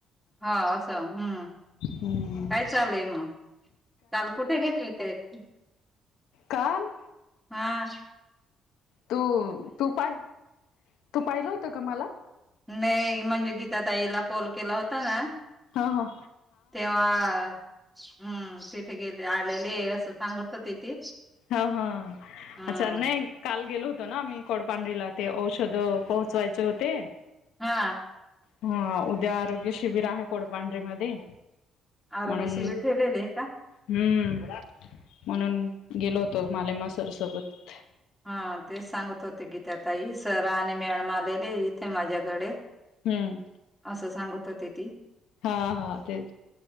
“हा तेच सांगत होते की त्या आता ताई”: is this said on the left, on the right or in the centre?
Centre